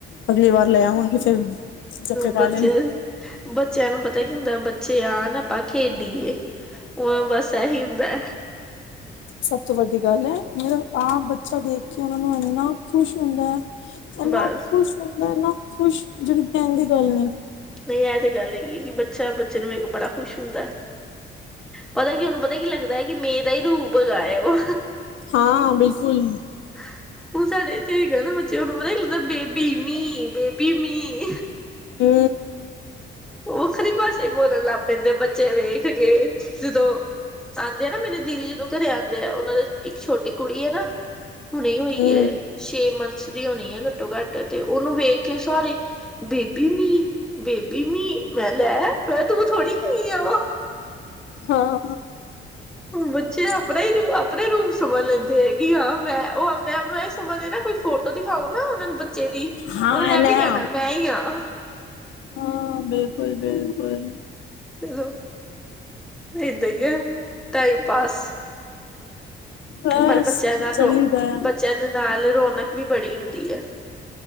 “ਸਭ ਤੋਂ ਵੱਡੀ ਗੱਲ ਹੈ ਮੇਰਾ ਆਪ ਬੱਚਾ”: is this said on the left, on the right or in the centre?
Left